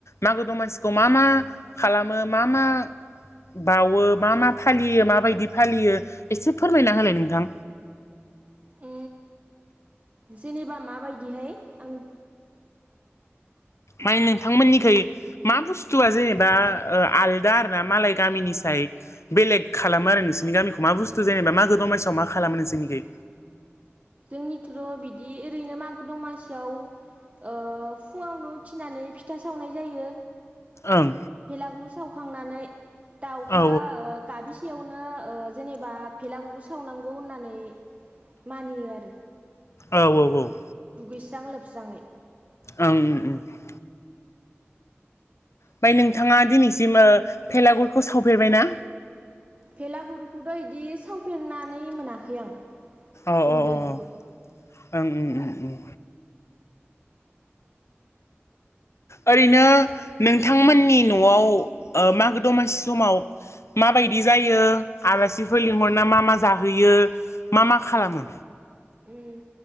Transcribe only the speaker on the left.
मागो दमासिखौ मा मा खालामो मा मा बाउो मा मा फालियो माबायदि फालियो एसे फोरमायना होलाय नोंथां।
मानि नोंथांमोननिखै मा बुस्थुआ जेनेबा आलदा आर ना मालाय गामिनि सायाव बेले खालामो आरो नोंसोरनि गामिखौ मा बुस्थु जेनेबा मागो दमाइसिआव मा खालामो नोंसोरनिखि
ओं
औ
औ औ औ
ओमफ्राय ओमफ्राय नोंथाङा दिनैसिम ओ भेलागुरखौ सावफेरबायना
अ
अ अ ओं ओं ओं ओं ओरैनो नोंथांमोननि न'आव ओ मागो दमासि समाव माबायदि जायो आलासिफोर लिंहरना मा मा जाहोयो मा मा खालामो